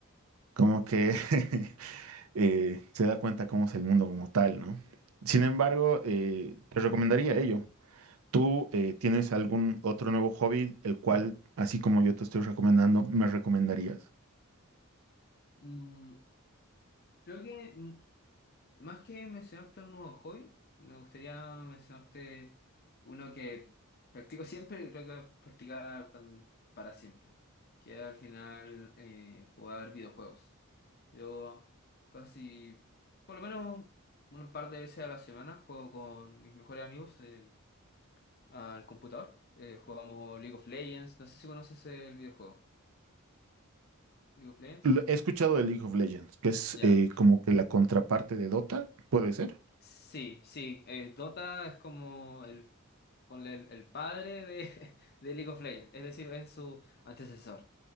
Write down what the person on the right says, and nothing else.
como que <laughs> eh, se da cuenta cómo es el mundo como tal, ¿no? Sin embargo, eh,
te recomendaría ello. ¿Tú eh, tienes
algún otro nuevo hobby, el cual, así como yo te estoy recomendando, me recomendarías?
Lo- He escuchado de League of Legends, que es
eh,
como que la contraparte de Dota, ¿puede ser?